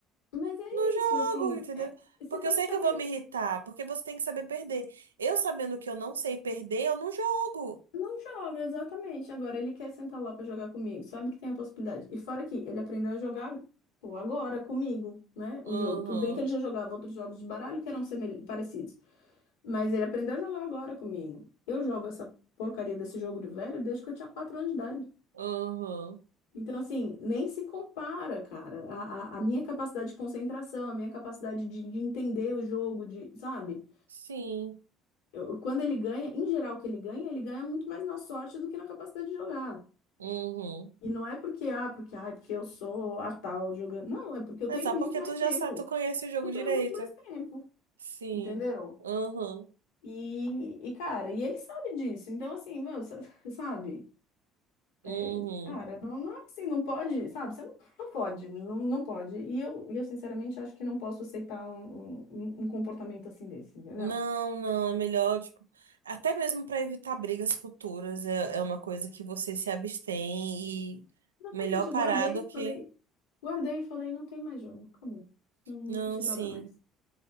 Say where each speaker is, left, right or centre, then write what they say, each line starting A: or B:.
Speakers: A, on the left; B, on the right.
A: Mas é
B: Não jogo,
A: isso, assim,
B: entendeu?
A: é- você
B: Porque
A: tem
B: eu sei
A: que saber.
B: que eu vou me irritar, porque você tem que saber perder. Eu sabendo que eu não sei perder, eu não jogo.
A: Não joga, exatamente. Agora ele quer sentar lá pra jogar comigo. Sabe que tem a possibilidade. E fora que ele aprendeu a jogar, pô, agora comigo, né?
B: Uhum,
A: Um jogo. Tudo bem que ele já jogava outros jogos de baralho que eram semel- parecidos, mas ele aprendeu a jogar agora comigo. Eu jogo essa porcaria desse jogo de velho desde que eu tinha 4 anos de idade.
B: uhum,
A: Então, assim, nem se compara, cara. A, a, a minha capacidade de concentração, a minha capacidade de, de entender o jogo, de, sabe?
B: sim,
A: Eu- quando ele ganha, em geral, o que ele ganha, ele ganha muito mais na sorte do que na capacidade de jogar.
B: uhum.
A: E não é porque, ah, porque, ah, porque eu sou a tal jogando. Não, é porque eu
B: É
A: tenho
B: só porque
A: muito mais
B: tu
A: tempo.
B: já sabe, tu conhece o jogo
A: Eu tenho
B: direito.
A: muito mais tempo,
B: Sim,
A: entendeu?
B: uhum.
A: E, e cara, e ele sabe disso. Então, assim, meu, sa- <laughs> sabe?
B: Uhum.
A: É, cara, não, não é assim, não pode, sabe? Você não, não pode, não, não pode. E eu, e eu, sinceramente, acho que não posso aceitar um, um, um um comportamento assim desse, entendeu?
B: Não, não, é melhor, tipo, até mesmo para evitar brigas futuras, é, é uma coisa que você se abstém e
A: Exatamente,
B: melhor
A: eu
B: parar
A: guardei
B: do
A: e
B: que.
A: falei, guardei e falei, não tem mais jogo, acabou. Não, não
B: Não,
A: se
B: sim,
A: joga mais.